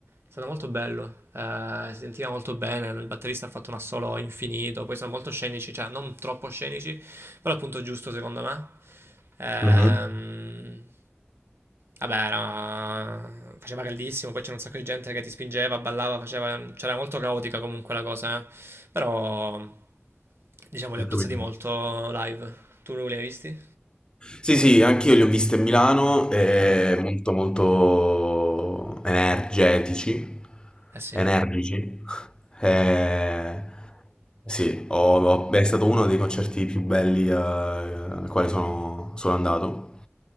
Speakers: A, on the right; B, on the left.
A: È stato molto bello, eh, si sentiva molto bene, il batterista ha fatto un assolo infinito, poi sono molto scenici, cioè non troppo scenici, però il punto giusto, secondo me, ehm,
B: Mhm.
A: vabbè, era- faceva caldissimo, poi c'era un sacco di gente che ti spingeva, ballava, faceva, c'era molto caotica comunque la cosa, eh. Però, diciamo, li
B: Ho
A: ho apprezzati
B: capito.
A: molto live. Tu li hai visti?
B: Sì, sì, anch'io li ho visti a Milano, eh,
A: Ah,
B: molto molto energetici,
A: eh sì.
B: energici. Eh, sì, ho- ho- è stato uno dei concerti più belli eh, al quale sono, sono andato.